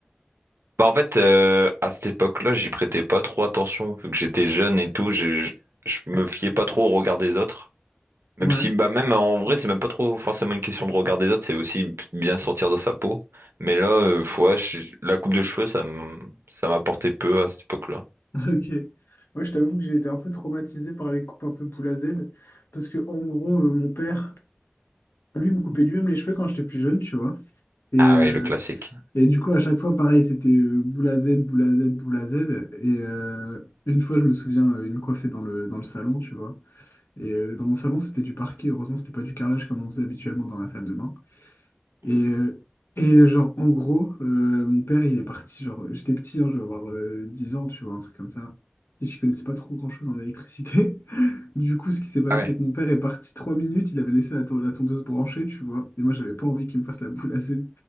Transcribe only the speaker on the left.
Ouais,
<laughs> ok. Moi, je t'avoue que j'ai été un peu traumatisé par les coupes un peu poule à Z. Parce que, en gros, euh, mon père, lui, me coupait lui-même les cheveux quand j'étais plus jeune, tu vois. Et,
euh,
et du coup, à chaque fois, pareil, c'était euh, boule à Z, boule à Z, boule à Z. Et euh, une fois, je me souviens, euh, il me coiffait dans le, dans le salon, tu vois. Et euh, dans mon salon, c'était du parquet. Heureusement, c'était pas du carrelage comme on faisait habituellement dans la salle de bain. Et, euh, et genre, en gros, euh, mon père, il est parti, genre, euh, j'étais petit, hein, je devais avoir euh, 10 ans, tu vois, un truc comme ça. Et je connaissais pas trop grand-chose en électricité. <laughs> Du coup, ce qui s'est passé,
c'est que mon père est parti 3 minutes, il avait laissé la, ton- la tondeuse branchée, tu vois. Et moi, j'avais pas envie qu'il me fasse la boule à Z.